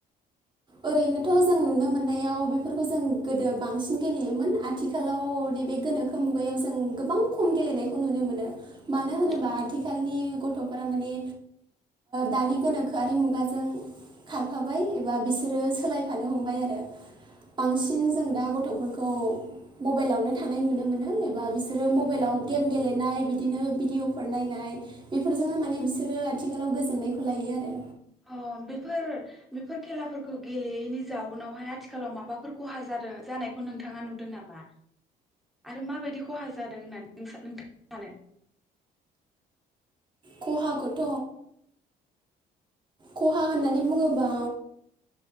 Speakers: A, on the right; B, in the centre.
A: ओरैनोथ
B: नोंथाङा बुंनो
A: जों नुनो
B: हागोन
A: मोननायाव बेफोर खौ जों गोदो बांसिन गेलेयोमोन आथिखालाव नैबे गोनोखो मुगायाव जों गोबां खम गेलेनायखौ नुनो मोनो मानो
B: नामा?
A: होनोबा आथिखालनि गथफोरा माने दानि गोनोखोआरि मुगाजों खारफाबाय एबा बिसोर आरो सोलायफानो हमबाय आरो बांसिन जों दा गथफोरखौ मबाइलावनो थानाय नुनो मोनो एबा बिसोरो मबाइलाव गेम गेलेनाय बिदिनो भिडिअफोर नायनाय बेफोरजोंनो माने बिसोरो आथिखालाव गोजोननायखौ लायो आरो
B: अ बेफोर बेफोर खेलाफोरखौ गेलेयैनि जाउनावहाय आथिखालाव माबाफोर खहा जादों जानायखौ नोंथाङा नुदों नामा? आरो माबायदि खहा जादों होननानै नोंथाङ सानो?
A: खहाखौथ खहा होननानै बुङोबा